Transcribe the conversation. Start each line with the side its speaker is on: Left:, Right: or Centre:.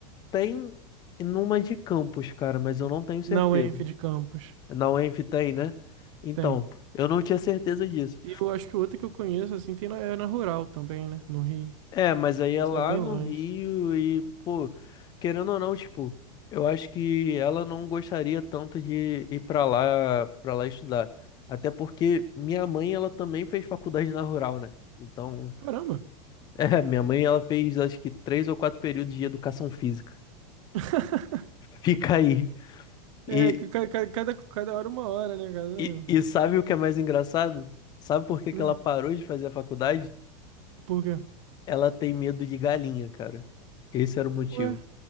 Left: tem numa de campus, cara, mas eu não tenho certeza.
Right: Na UENF de Campos,
Left: Na UENF tem, né? Então,
Right: tem.
Left: eu não tinha certeza disso.
Right: E eu acho que outra que eu conheço, assim, tem na, é na Rural também, né? No Rio.
Left: É, mas aí é
Right: Mas
Left: lá
Right: é bem
Left: no
Right: longe.
Left: Rio e, pô, querendo ou não, tipo, eu acho que ela não gostaria tanto de ir pra lá, para lá estudar. Até porque minha mãe, ela também fez faculdade na rural, né? Então,
Right: Caramba!
Left: <laughs> é, minha mãe, ela fez acho que três ou quatro períodos de educação física.
Right: <laughs>
Left: <laughs> Fica aí. E,
Right: É, ca- ca- cada, cada hora uma hora, né? Cada...
Left: e,
Right: um.
Left: e sabe o que é mais engraçado? Sabe por que
Right: Hum,
Left: que ela parou de fazer a faculdade?
Right: por quê?
Left: Ela tem medo de galinha, cara. Esse era o motivo.
Right: Ué?